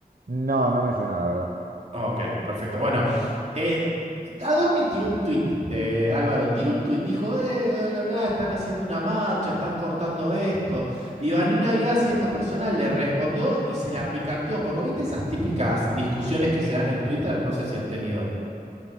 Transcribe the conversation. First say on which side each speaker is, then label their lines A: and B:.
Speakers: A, on the right; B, on the right.
A: No, no me suena, la verdad.
B: Ok, perfecto. Bueno, eh, Adorni tiró un tuit, eh, Álvaro, tiró un tuit, dijo, eh, bla, bla, bla, están haciendo una marcha, están cortando esto. Y Vanina Biasi, esta persona, le respondió y se la picanteó un poco. ¿Viste esas típicas discusiones que se dan en Twitter? No sé si has tenido.